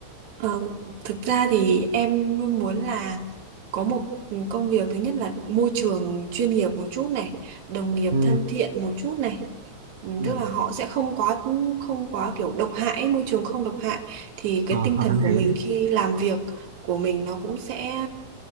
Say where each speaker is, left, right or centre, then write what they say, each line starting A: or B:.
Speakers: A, on the right; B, on the right.
A: Ờ, thực ra thì em luôn muốn là có một công việc thứ nhất là môi trường chuyên nghiệp một chút này, đồng nghiệp
B: Ừ,
A: thân thiện một chút này. Ừ,
B: Ừ.
A: Tức là họ sẽ không quá không quá kiểu độc hại, môi trường không độc hại thì cái
B: ờ,
A: tinh thần
B: anh
A: của mình
B: hiểu.
A: khi làm việc của mình nó cũng sẽ